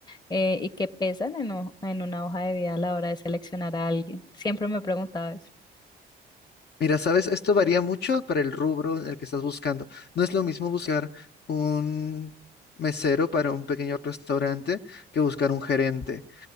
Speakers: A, on the left (about 20°); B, on the left (about 55°).
A: eh, y que pesan en, ho- en una hoja de vida a la hora de seleccionar a alguien. Siempre me he preguntado eso.
B: Mira, sabes, esto varía mucho para el rubro en el que estás buscando. No es lo mismo buscar un mesero para un pequeño restaurante que buscar un gerente.